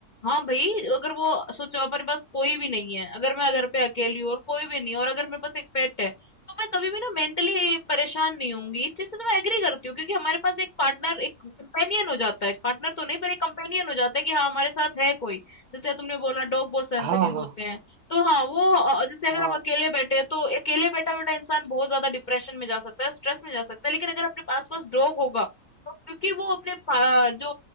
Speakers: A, on the left; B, on the right.
A: हाँ भाई अगर वो सोचो अपने पास कोई भी नहीं है, अगर मैं घर पे अकेली हूँ और कोई भी नहीं है और अगर मेरे पास एक पेट है, तो मैं कभी भी ना मेंटली परेशान नहीं होऊंगी। इस चीज़ से तो मैं एग्री करती हूँ क्योंकि हमारे पास एक पार्टनर एक कंपेनियन हो जाता है, पार्टनर तो नहीं पर एक कंपेनियन हो जाता है कि हाँ हमारे साथ है कोई। जैसे तुमने बोला डॉग बहुत सेंसिटिव
B: हाँ हाँ
A: होते हैं। तो हाँ वो अ, जैसे अगर
B: हाँ
A: हम अकेले बैठे हैं तो अकेले बैठा बैठा इंसान बहुत ज्यादा डिप्रेशन में जा सकता है स्ट्रेस में जा सकता है लेकिन अगर अपने आसपास डॉग होगा तो क्योंकि वो अपने पा- जो